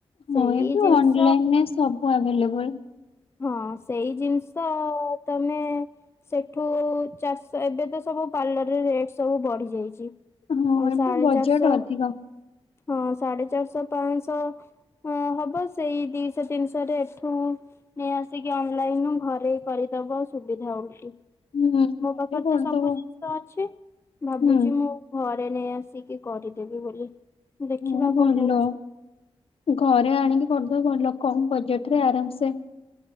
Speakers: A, on the left; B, on the left.
A: ହଁ
B: ସେଇ
A: ଏବେ
B: ଜିନିଷ
A: ଅନଲାଇନରେ ସବୁ ଆଭେଲେବୁଲ।
B: ହଁ ସେଇ ଜିନିଷ ତମେ। ସେଠୁ ଚାରିଶ୍ ଏବେ ତ ସବୁ ପାର୍ଲରରେ ରେଟ ସବୁ ବଢି ଯାଇଚି।
A: ହଁ
B: ଆଉ
A: ଏବେ
B: ସାଢେ
A: ବଜେଟ
B: ଚାରିଶ
A: ଅଧିକ
B: ହଁ ସାଢେ ଚାରିଶ ପାଁଶହ ହଁ ହବ ସେଇ ଦିଶହ ତିନିଶହରେ ଏଠୁ ନେଇ ଆସିକି ଅନଲାଇନ୍ ରୁ ଘରେ କରିଦବ ସୁବିଧା ଓଲଟି।
A: ହୁଁ
B: ମୋ
A: ଘରେ
B: ପାଖରେ
A: କରିଦବ
B: ତ ସବୁ ଜିନିଷ ଅଛି ଭାବୁଚି
A: ହୁଁ।
B: ମୁଁ ମୁଁ ଘରେ ନେଇ ଆସିକି କରିଦେବି ବୋଲି। ଦେଖିବା
A: ହୁଁ ଭଲ
B: କଣ ହଉଛି।
A: ଘରେ ଆଣିକି କରିଦବ ଭଲ କମ୍ ବଜେଟ୍ ରେ ଆରାମସେ